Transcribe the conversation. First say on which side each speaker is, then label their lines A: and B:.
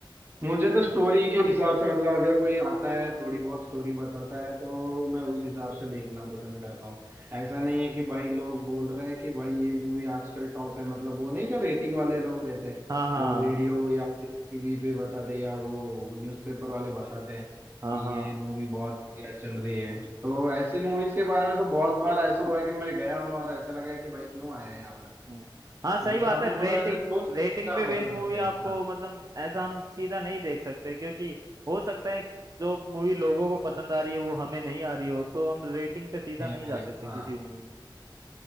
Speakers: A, on the right; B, on the right.
A: मुझे तो स्टोरी के हिसाब से मतलब अगर कोई आता है थोड़ी बहुत स्टोरी बताता है तो मैं उस हिसाब से देखना पसंद करता हूँ ऐसा नहीं है कि भाई लोग बोल रहे हैं कि भाई ये मूवी आजकल टॉप है मतलब वो नहीं जो रेटिंग वाले लोग रहते हैं
B: हाँ हाँ
A: वो रेडियो या फिर टीवी पे बताते हैं या वो न्यूज़पेपर वाले बताते हैं
B: हाँ
A: कि
B: हाँ
A: ये मूवी बहुत बढ़िया चल रही है तो ऐसी मूवीज के बारे में तो बहुत बार ऐसा हुआ है कि मैं गया हूँ और ऐसा लगा है कि भाई क्यों आया है यहाँ पर
B: हाँ हाँ सही
A: तो जैसे
B: बात
A: आपने
B: है रेटिंग
A: बोला वैसे दोस्त
B: रेटिंग
A: अच्छा
B: पे बेस्ड
A: बता
B: मूवी
A: सकते हैं
B: आपको
A: हाँ।
B: मतलब ऐसा हम सीधा नहीं देख सकते क्योंकि हो सकता है जो मूवी लोगों को पसंद आ रही है वो हमें नहीं आ रही हो तो हम रेटिंग पे सीधा
A: नहीं
B: नहीं जा
A: आ रही
B: सकते
A: हाँ
B: किसी मूवी पे